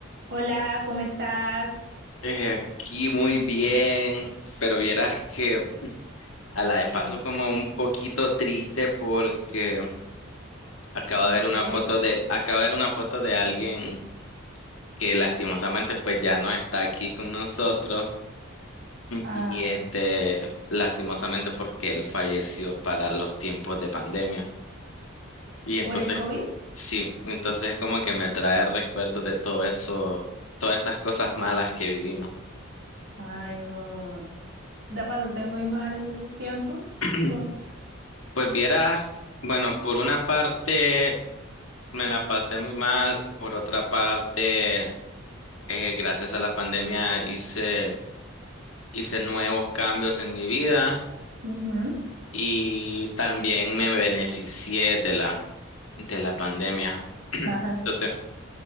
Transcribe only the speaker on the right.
Hola, ¿cómo estás?
Dime,
¿Por
qué?
¿Qué pasó?
Ah,
¿por el COVID?
Ay, no. La pasaste muy mal en esos tiempos.
¿Cómo?
Ujú.
<laughs> Ajá.